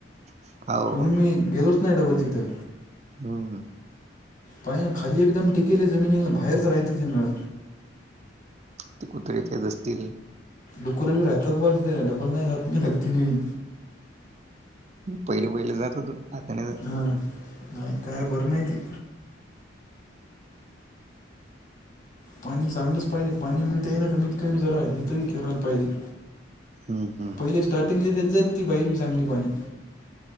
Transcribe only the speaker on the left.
म्हण मी गेलोच नाही डबल तिथं
पाय ना खाली एकदम टिकेले जमिनीला बाहेरच राहते त नळ
डुकुेी राहतात बा तिथे डबल नाही जात नाही त
हा नाही काय बरं नाही त पाणी चांगलंच पाहिजे पाणी मग त्या ना कमीत कमी जरा हेेतही करायला पाहिजे
पहिले स्टार्टिंगले तेच जात ती बाई ह चांगली पाणी